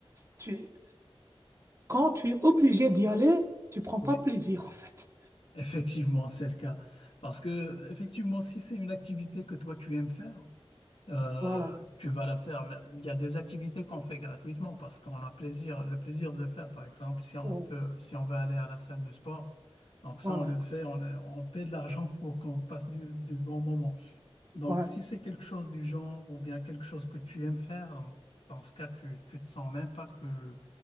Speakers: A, on the right; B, on the left.
A: tu, quand tu es obligé d'y aller, tu prends
B: oui,
A: pas plaisir, en fait.
B: effectivement, c'est le cas. Parce que, effectivement, si c'est une activité que toi, tu aimes faire, euh,
A: Voilà.
B: tu vas la faire. Mais il y a des activités qu'on fait gratuitement parce qu'on a plaisir, le plaisir de le faire. Par exemple, si on
A: Ouais.
B: peut, si on veut aller à la salle de sport, donc ça,
A: Voilà.
B: on le fait, on, est- on paie de l'argent pour qu'on passe du, du bon moment. Donc,
A: Ouais.
B: si c'est quelque chose du genre ou bien quelque chose que tu aimes faire, donc, dans ce cas, tu, tu te sens même pas que,